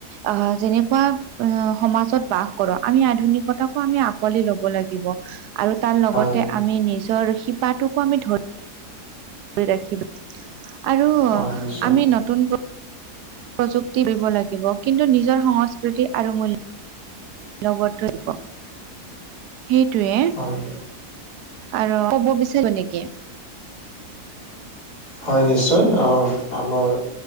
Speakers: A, on the right; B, on the left.
A: অ'! যেনে- কুৱা সমাজত বাস কৰোঁ। আমি, আধুনিকতাকো আমি, আঁকোৱালি ল'ব লাগিব। আৰু তাৰ
B: হয়
A: লগতে, আমি নিজৰ শিপাটোকো আমি ধৰি ধৰি ৰাখি আৰু
B: হয় নিশ্চয়
A: আমি নতুন প্ৰ- প্ৰযুক্তি কৰিব লাগিব। কিন্তু, নিজৰ সংস্কৃতি আৰু মূল্য লগত আহিব, সেইটোৱে।
B: হয়
A: আৰু ক'ব বিচাৰিব নেকি?
B: হয়, নিশ্চয়! অ' আমাৰ।